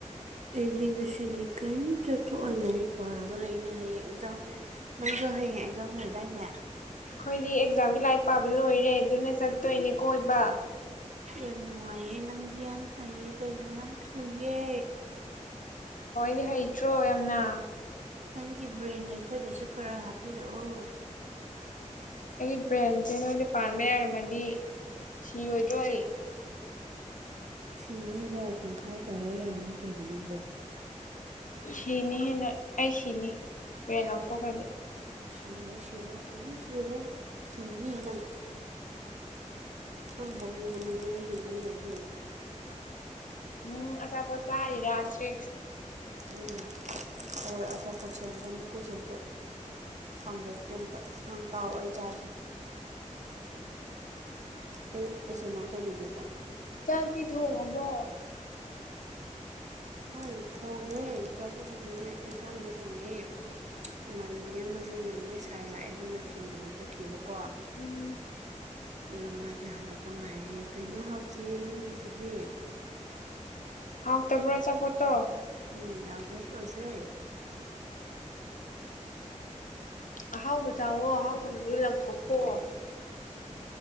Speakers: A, on the right (about 65°); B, on the left (about 85°).
A: ꯑꯩꯗꯤ ꯉꯁꯤꯗꯤ ꯀꯥꯏꯝ ꯆꯠꯊ ꯑꯏ ꯄꯔꯒ ꯂꯩꯅꯦ ꯍꯌꯦꯡ ꯑꯦꯛꯖꯥꯝꯅꯦ ꯅꯪꯁꯨ ꯍꯌꯦꯡ ꯑꯦꯛꯖꯥꯝ ꯂꯣꯏꯗꯥꯏꯅꯦ
B: ꯑꯩꯈꯣꯏꯗꯤ ꯑꯦꯛꯖꯥꯝꯒꯤ ꯂꯥꯏꯔꯤꯛ ꯄꯥꯕ ꯂꯣꯏꯔꯦ ꯑꯗꯨꯅ ꯆꯠꯇꯣꯏꯅꯦ ꯀꯣꯏꯕ
A: ꯌꯥꯝ ꯅꯨꯡꯉꯥꯏꯌꯦ ꯅꯪꯗꯤ ꯌꯥꯝ ꯍꯩꯌꯦ ꯀꯩꯅꯣ ꯌꯥꯝ ꯊꯨꯏꯦ
B: ꯗꯤ ꯍꯩꯇ꯭ꯔꯣ ꯌꯥꯝꯅ
A: ꯅꯪꯒꯤ ꯕ꯭ꯔꯦꯟꯗ ꯑꯩꯈꯣꯏꯗꯁꯨ ꯈꯔ ꯍꯥꯞꯄꯤꯔꯛꯑꯣ
B: ꯑꯩꯒꯤ ꯕ꯭ꯔꯦꯟꯁꯦ ꯅꯣꯏꯗ ꯄꯥꯟꯕ ꯌꯥꯔꯝꯃꯗꯤ ꯁꯤꯔꯣꯏꯗꯏ
A: ꯁꯤ ꯅꯣꯏꯗ ꯇꯪꯈꯥꯏ ꯇꯧꯔꯒ ꯌꯥꯔꯅꯤ ꯀꯩꯅꯣ ꯅꯪꯕꯣ
B: ꯁꯤꯅꯤ ꯍꯦꯟꯅ ꯑꯩ ꯁꯤꯅꯤ ꯕ꯭ꯔꯦꯟ ꯂꯧꯊꯣꯛꯈ꯭ꯔꯗꯤ
A: ꯁꯤꯔꯣꯏ ꯁꯔꯣꯏ ꯀꯩꯔꯣꯏꯅ ꯏꯅꯤ ꯏꯪ ꯑꯪ ꯍꯕꯅꯤꯒꯤꯅ ꯍꯅꯤ ꯑꯗꯨ
B: ꯎꯝ ꯑꯁꯥ ꯄꯣ ꯆꯥꯔꯤ ꯔꯦꯁꯦ
A: ꯎꯝ ꯍꯣꯏ ꯑꯆꯥꯄꯣꯠꯁꯇ ꯃꯨꯀꯨ ꯁꯦꯝꯇ ꯍꯥꯡꯗꯣꯛꯀꯦ ꯑꯝꯇ ꯅꯪ ꯇꯥꯎꯑꯣ ꯑꯩ ꯆꯥꯒꯦ ꯑꯩ ꯑꯦꯁ ꯑꯦꯝ ꯑꯥꯔ ꯇꯧꯕꯤꯒꯦꯀꯣ
B: ꯆꯥꯛꯇ ꯊꯣꯡꯉꯕꯣ
A: ꯍꯣꯏ ꯊꯣꯡꯉꯦ ꯆꯥꯛꯁꯨ ꯊꯣꯡꯉꯦ ꯑꯦꯟꯁꯥꯡꯁꯨ ꯊꯣꯡꯉꯦ ꯏꯃꯥꯟꯅꯕꯤ ꯑꯃꯅꯦ ꯃꯣꯏ ꯁꯥꯏ ꯂꯥꯛꯑꯦꯗꯅ ꯊꯦꯡꯅꯕ ꯆꯠꯈꯤꯕꯀꯣ
B: ꯎꯝ
A: ꯑꯗꯣ ꯃꯥꯁꯦ ꯍꯜꯂꯛꯄ ꯉꯥꯏꯔꯦ ꯀꯩꯅꯣ ꯍꯥꯎꯇꯦ ꯅꯣꯏꯒꯤꯁꯤꯗꯤ
B: ꯍꯥꯎ ꯇꯦꯕ꯭ꯔꯣ ꯆꯄꯠꯇꯣ
A: ꯎꯝ ꯌꯥꯝ ꯚ꯭ꯔꯦꯁ ꯑꯣꯏꯗ꯭ꯔꯦ
B: ꯑꯍꯥꯎꯕ ꯆꯥꯛꯑꯣꯣ ꯑꯍꯥꯎꯕ ꯃ ꯂꯪꯊꯣꯛꯈꯣ